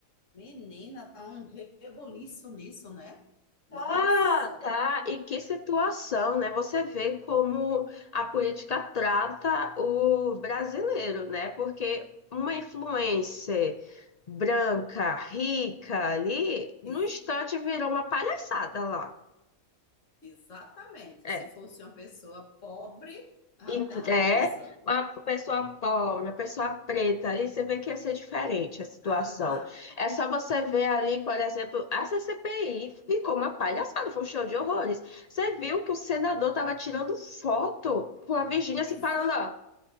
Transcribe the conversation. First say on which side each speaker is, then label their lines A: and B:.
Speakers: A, on the left (about 60°); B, on the left (about 80°).
A: Menina, tá um rebuliço nisso, né? Nossa,
B: Ah, tá. E que situação, né? Você vê como a política trata o brasileiro, né? Porque uma influencer branca, rica ali, no
A: ex-
B: instante virou uma palhaçada lá.
A: exatamente.
B: É,
A: Se fosse uma pessoa pobre, já
B: E
A: tava
B: é
A: presa.
B: uma pessoa pobre, uma pessoa preta, ali você vê que ia ser diferente a situação.
A: Aham,
B: É só você ver ali, por exemplo, a CPI ficou uma palhaçada, foi um show de horrores. Você viu que o senador estava tirando foto com a Virgínia se
A: exa
B: parando, ó.